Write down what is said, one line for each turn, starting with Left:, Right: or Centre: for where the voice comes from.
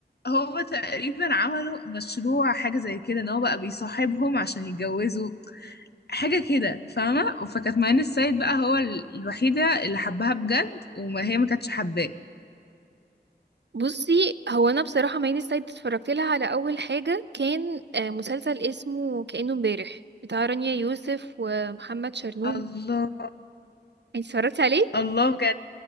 Left: هو تقريبا عملوا مشروع حاجه زي كده ان هو بقى بيصاحبهم عشان يتجوزوا حاجه كده فاهمه فكانت معين السيد بقى هو ال- الوحيده اللي حبها بجد وما هي ما كانتش حباه
Right: بصي هو انا بصراحه مايلي سايد اتفرجت لها على اول حاجه كان آه، مسلسل اسمه كأنه امبارح بتاع رانيا يوسف ومحمد شرنوب
Left: الله
Right: انت اتفرجتي عليه
Left: الله بجد